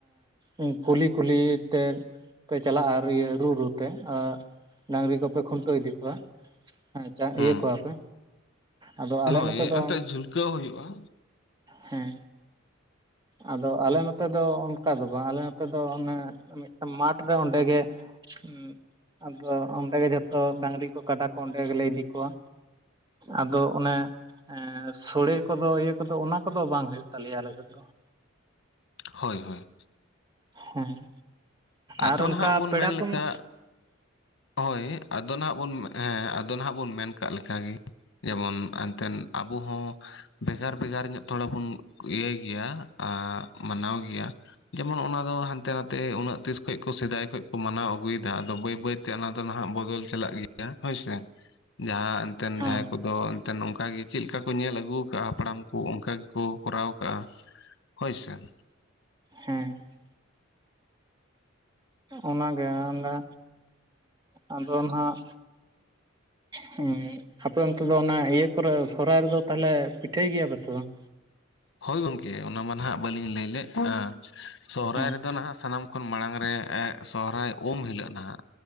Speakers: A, on the right; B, on the left.
A: ᱮ ᱠᱩᱞᱦᱤ ᱠᱩᱞᱦᱤ ᱛᱮ ᱯᱮ ᱪᱟᱞᱟᱜᱼᱟ ᱤᱭᱟᱹ ᱨᱩ ᱨᱩᱛᱮ ᱟᱸ ᱰᱟᱹᱝᱨᱤ ᱠᱚᱯᱮ ᱠᱷᱩᱱᱴᱟᱹᱣ ᱤᱫᱤ ᱠᱚᱣᱟ ᱾ ᱪᱟ
B: ᱦᱩᱸ
A: ᱤᱭᱟᱹ ᱠᱚᱣᱟᱯᱮ, ᱟᱫᱚ ᱟᱞᱮ
B: ᱦᱳᱭ
A: ᱱᱚᱛᱮ ᱫᱚ
B: ᱮᱱᱛᱮᱫ ᱡᱷᱩᱞᱠᱟᱹᱣ ᱦᱩᱭᱩᱜᱼᱟ
A: ᱦᱮᱸ, ᱟᱫᱚ ᱟᱞᱮ ᱱᱚᱛᱮ ᱫᱚ ᱚᱱᱠᱟ ᱫᱚ ᱵᱟᱝ ᱟᱞᱮ ᱱᱚᱛᱮ ᱫᱚ ᱚᱱᱮ ᱢᱤᱫᱴᱟ ᱢᱟᱴ ᱨᱮ ᱚᱸᱰᱮ ᱜᱮ ᱦᱩᱸ, ᱟᱫᱚ ᱚᱸᱰᱮ ᱜᱮ ᱡᱷᱚᱛᱚ ᱰᱟᱝᱨᱤ ᱠᱚ ᱠᱟᱰᱟ ᱠᱚ ᱚᱸᱰᱮ ᱜᱮᱞᱮ ᱤᱫᱤ ᱠᱚᱣᱟ᱾ ᱟᱫᱚ ᱚᱱᱮ ᱮ ᱥᱚᱲᱮ ᱠᱚᱫᱚ ᱤᱭᱟᱹ ᱠᱚᱫᱚ ᱚᱱᱟ ᱠᱚᱫᱚ ᱵᱟᱝ ᱦᱩᱭᱩᱜ ᱛᱟᱞᱮᱭᱟ ᱟᱞᱮ ᱥᱮᱫ ᱫᱚ ᱾
B: ᱦᱳᱭ ᱦᱳᱭ ᱾
A: ᱦᱮᱸ,
B: ᱟᱫᱚ
A: ᱟᱨ ᱚᱱᱠᱟ
B: ᱱᱟᱦᱟᱜ ᱵᱚᱱ
A: ᱯᱮᱲᱟ
B: ᱢᱮᱱ
A: ᱠᱚᱢᱟ
B: ᱞᱮᱠᱟ ᱦᱳᱭ, ᱟᱫᱚ ᱱᱟᱦᱟᱜ ᱵᱚᱱ ᱦᱮᱸ ᱟᱫᱚ ᱱᱟᱦᱟᱜ ᱵᱚᱱ ᱢᱮᱱ ᱠᱟᱜ ᱞᱮᱠᱟᱜᱮ ᱡᱮᱢᱚᱱ ᱛᱮᱱ ᱟᱵᱚ ᱦᱚᱸ ᱵᱷᱮᱜᱟᱨ ᱵᱷᱮᱜᱟᱨ ᱧᱚᱜ ᱛᱷᱚᱲᱟ ᱵᱚᱱ ᱤᱭᱟᱹᱭ ᱜᱮᱭᱟ ᱟ ᱢᱟᱱᱟᱣ ᱜᱮᱭᱟ, ᱡᱮᱢᱚᱱ ᱚᱱᱟ ᱫᱚ ᱦᱟᱱᱛᱮ ᱱᱟᱛᱮ ᱩᱱᱟᱹᱜ ᱛᱤᱥ ᱠᱷᱚᱡ ᱠᱚ ᱥᱮᱫᱟᱭ ᱠᱷᱚᱡ ᱠᱚ ᱢᱟᱱᱟᱣ ᱟᱹᱜᱩᱭᱮᱫᱟ, ᱟᱫᱚ ᱵᱟᱹᱭ ᱵᱟᱹᱭ ᱚᱱᱟ ᱫᱚ ᱱᱟᱦᱟᱜ ᱵᱚᱫᱚᱞ ᱪᱟᱞᱟᱜ ᱜᱮᱭᱟ ᱦᱳᱭᱥᱮ ᱾ ᱡᱟᱦᱟᱸ ᱮᱱᱛᱮᱱ
A: ᱦᱮᱸ
B: ᱡᱟᱦᱟᱸᱭ ᱠᱚ ᱫᱚ ᱮᱱᱛᱮᱱ ᱚᱝᱠᱟᱜᱮ ᱪᱮᱫ ᱞᱮᱠᱟ ᱠᱚ ᱧᱮᱞ ᱟᱹᱜᱩ ᱟᱠᱟᱜᱼᱟ ᱦᱟᱯᱲᱟᱢ ᱠᱚ ᱚᱱᱠᱟ ᱜᱮᱠᱚ ᱠᱚᱨᱟᱣ ᱟᱠᱟᱜᱼᱟ᱾ ᱦᱳᱭ ᱥᱮ ᱾
A: ᱦᱮᱸ ᱾ ᱚᱱᱟᱜᱮ ᱮᱸᱰᱮ ᱟᱫᱚ ᱦᱟᱱᱟᱜ ᱦᱩᱸ, ᱦᱟᱯᱮ ᱚᱱᱛᱮ ᱫᱚ ᱚᱱᱟ ᱤᱭᱟᱹ ᱠᱚᱨᱮ ᱥᱚᱨᱚᱦᱟᱭ ᱨᱮᱫᱚ ᱛᱟᱦᱞᱮ ᱯᱤᱴᱷᱟᱹᱭ ᱜᱮᱭᱟ ᱯᱮᱥᱮ ᱵᱟᱝ?
B: ᱦᱳᱭ ᱜᱚᱝᱠᱮ ᱚᱱᱟ ᱢᱟ ᱱᱟᱦᱟᱜ ᱵᱟᱹᱞᱤᱧ ᱞᱟᱹᱭ ᱞᱮᱜ ᱟ ᱥᱚᱦᱨᱟᱭ
A: ᱦᱮᱸ
B: ᱨᱮᱫᱚ ᱱᱟᱦᱟᱜ ᱥᱟᱱᱟᱢ ᱠᱷᱚᱱ ᱢᱟᱲᱟᱝ ᱨᱮ ᱮᱜ ᱥᱚᱦᱨᱟᱭ ᱩᱢ ᱦᱤᱞᱳᱜ ᱱᱟᱦᱟᱜ